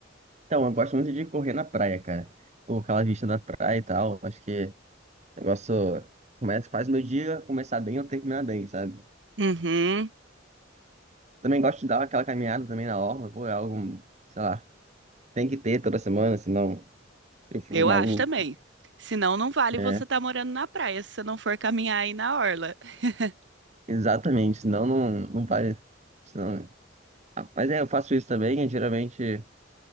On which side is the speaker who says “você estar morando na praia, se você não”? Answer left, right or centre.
Right